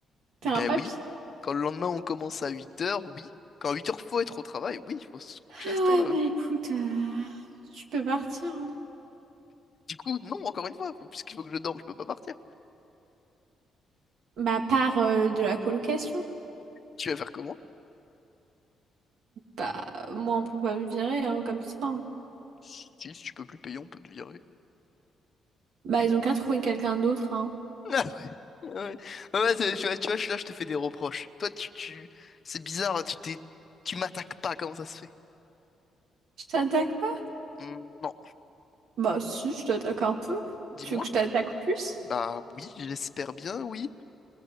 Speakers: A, on the right; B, on the left.
A: t'es
B: Bah
A: un papy.
B: oui, quand le lendemain on commence à 8 heures oui. Quand à 8 heures faut être au travail, oui, il faut se coucher
A: Ah
B: à cette
A: ouais,
B: heure-là,
A: bah
B: ouais.
A: écoute, euh, tu peux partir, hein.
B: Du coup, non, encore une fois, faut- puisqu'il faut que je dorme, je peux pas partir.
A: Bah, part euh, de la colocation.
B: Tu vas faire comment?
A: Bah, moi, on peut pas me virer, hein, comme ça. hein.
B: Si, si tu peux plus payer, on peut te virer.
A: Bah, ils ont qu'à trouver quelqu'un d'autre, hein.
B: <laughs> Ah Ouais, Ouais, c'est- tu vois, tu vois, je- là, je te fais des reproches. Toi, tu, tu... c'est bizarre, tu t'es, tu m'attaques pas, comment ça se fait?
A: Je t'attaque pas?
B: Hmm, non,
A: Bah, si, je t'attaque un peu.
B: dis-moi.
A: Tu veux que je t'attaque plus?
B: Bah oui, j'espère bien, oui.